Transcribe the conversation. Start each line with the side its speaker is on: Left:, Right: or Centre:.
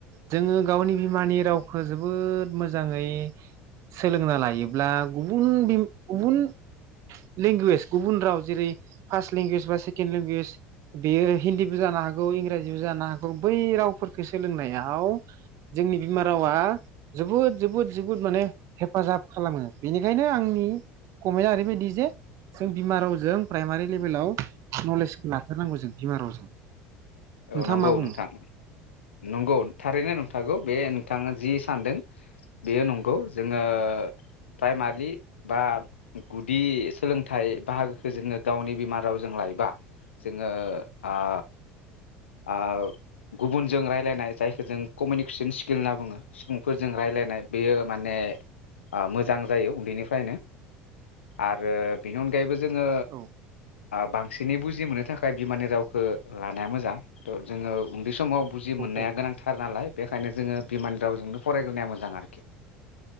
Right: जोङो गावनि बिमानि रावखौ जोबोद मोजाङै सोलोंना लायोब्ला गुबुन गुबुन लेंगुवेज गुबुन राव जेरै फार्स्ट लेंगुवेज बा सेकेणड लेंगुवेज बेयो हिन्दी जानो हागौ इंराजिबो जानो हागौ बै रावफोरखौ सोलोंनायाव जोंनि बिमा रावा जोबोद जोबोद जोबोद माने हेफाजाब खालामो बेनिखायनो आंनि कमेन्टआ ओरैबायदि जे जों बिमा रावजों प्राइमारि लेभेलाव नलेजखौ लाथारनांगौ जों बिमा रावजों।
Left: औ
Right: नोंथाङा
Left: नंगौ
Right: मा बुङो?
Left: नोंथां नंगौ थारैनो नंथागौ बे नोंथाङा जि सानदों बेयो नंगौ। जोङो प्राइमारि बा गुदि सोलोंथाइ बाहागोखौ जोङो गावनि बिमा रावजों लायोबा जोङो ओ ओ गुबुनजों रायलायनाय जायखौ जों कमिउनिकेसन स्किल होनना बुङो। सुबुंफोरजों रायलायनाय बेयो माने मोजां जायो उन्दैनिफ्रायनो। आरो बेनि अनगायैबो जो जोङो
Right: औ
Left: बांसिनै बुजि मोननो थाखाय बिमानि रावखौ ला मोजां थ' जोङो बे समाव बुजि मोननाया
Right: औ
Left: गोनांथार नालाय बेखायनो जोङो बिमान रावजोंनो फरायग्रोनाया मोजां आरो।